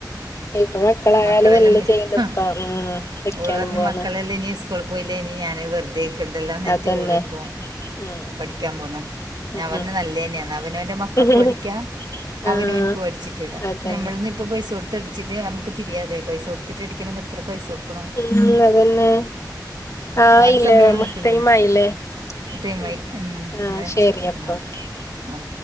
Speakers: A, on the left; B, on the right.
A: ഇപ്പ മക്കളായാലും
B: മക്കളെല്ലാം
A: എല്ല ചെയ്യുന്നു
B: ആഹ്
A: ഇപ്പം ഉം പഠിക്കാനും
B: ഓള് വർഞ്ഞ്
A: പോന്ന്
B: മക്കളെല്ലാ ഇനി സ്കൂള് പോയില്ലേ ഇനി ഞാന് വെറുതേക്കണ്ടല്ലാന്ന്
A: അതന്നെ
B: എന്റെ ഓള് ഇപ്പം
A: ഉം
B: പഠിക്കാമ്പോന്ന് നാമ്പർഞ്ഞ്
A: ഉം
B: നല്ലേന്നെയാന്ന് അവനോൻ്റെ മക്കക്ക്
A: ഉം
B: പഠിക്കാ <unintelligible>
A: ആഹ് അതന്നെ
B: ഞമ്മള് <unintelligible> പൈസൊട്ത്തടിച്ച്ട്ടമ്മക്ക് തിരിയാതെ <unintelligible> എത്ര പൈസൊടുക്കണോം
A: <unintelligible> അതന്നെ ആയില്ലേ
B: പാട് സമയായി
A: <unintelligible>
B: നിൽക്കുന്നത്
A: ടൈമായില്ലേ
B: ടൈമായി
A: ഉം ആഹ്
B: എന്നാ
A: ശരി അപ്പൊക്കെ
B: എന്നാ ഓക്കെ ആ